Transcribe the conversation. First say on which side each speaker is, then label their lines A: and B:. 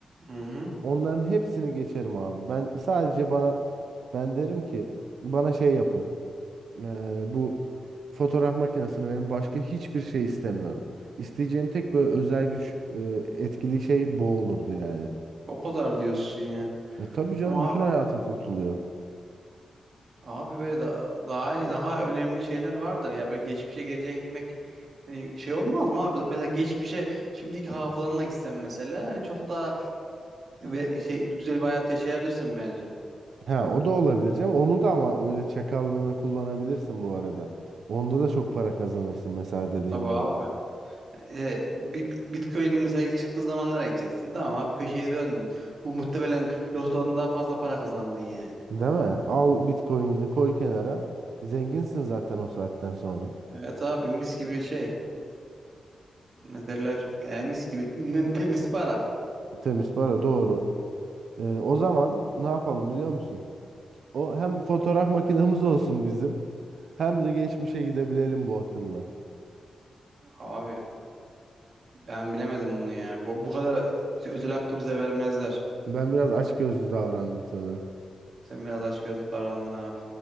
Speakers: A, on the right; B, on the right.
A: Hı hı.
B: Onların hepsini geçerim abi. Ben sadece bana ben derim ki bana şey yapın. Eee, bu fotoğraf makinesini verin başka hiçbir şey istemiyorum. İsteyeceğim tek böyle özel güç eee, etkili şey bu olurdu yani.
A: O kadar diyorsun ya.
B: Ve tabii canım
A: Ama
B: bütün hayatın kurtuluyor.
A: Abi böyle da- daha daha önemli şeyler vardır ya böyle geçmişe geleceğe gitmek hani şey olmaz mı abi? Mesela geçmişe şimdiki hafızanla gitsen mesela hani çok daha ve şey güzel bir hayat yaşayabilirsin bence.
B: Ha o da olabilir canım. Onu da ama öyle çakallığına kullanabilirsin bu arada. Onda da çok para kazanırsın mesela dediğin
A: Tabii
B: gibi.
A: abi. E, bi- bi- Bitcoin'in mesela ilk çıktığı zamanlara gideceksin. Tamam abi köşeye döndün. Bu muhtemelen lotodan daha fazla para kazandın yani.
B: Değil mi? Al Bitcoin'ini koy kenara. Zenginsin zaten o saatten sonra.
A: Evet abi mis gibi şey. Ne derler? E, mis gibi nem- temiz para.
B: Temiz para doğru. Eee, o zaman ne yapalım biliyor musun? O hem fotoğraf makinamız olsun bizim hem de geçmişe gidebilelim bu akılla.
A: Abi ben bilemedim bunu ya. Bu, bu kadar şey, özel hakkı bize vermezler.
B: Ben biraz açgözlü davrandım sanırım.
A: Sen biraz açgözlü davrandın abi.